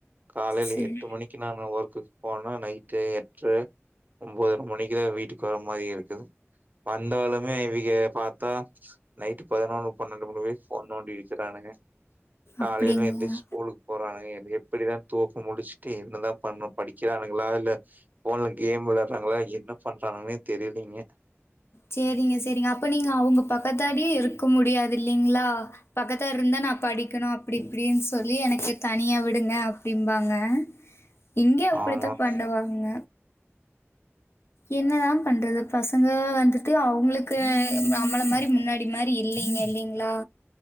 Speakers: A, on the right; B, on the left.
A: காலையல்
B: சரி.
A: எட்டு மணிக்கு நானு ஒர்க். போனா நைட்டு எட்ற ஒம்பது ஒம்பது மணிக்க வீட்டுக்கு வர மாரி இருக்குது வந்தாலுமே இவிக பாத்தா நைட்டு பதினொன்னு பன்னெடு மணி வரக் ஃபோன் நோண்டிட்க்கிறங்க காலையல
B: அப்படிங்களா?
A: எந்திரிச்சி ஸ்கூல்க்கு போறனுக எந் எப்டிதா தூக்கம் முடிச்சுட்டு என்னதா பண்ண படிக்கறானங்களா இல்ல ஃபோன்ல கேம் விளையாறாங்களா என்ன பண்றாங்கன்னே தெரியலீங்க
B: சேரிங்க செரிங்க அப்ப நீங்க அவுங்க பக்கத்தடியே இருக்க முடியாது இல்லீங்களா பக்கத்தா இருந்தா நா படிக்கணு அப்டி இப்டின்னு சொல்லி எனக்கு தனியா விடுங்க அப்டிம்பாங்க இங்கே அப்டித்தா
A: ஆமாங்க
B: பண்ணுவாங்க என்னதா பண்றது பசங்க வந்துட் டு அவுங்களுக்கு நம்மள மாரி முன்னாடி மாரி இல்லைங்க இல்லீங்களா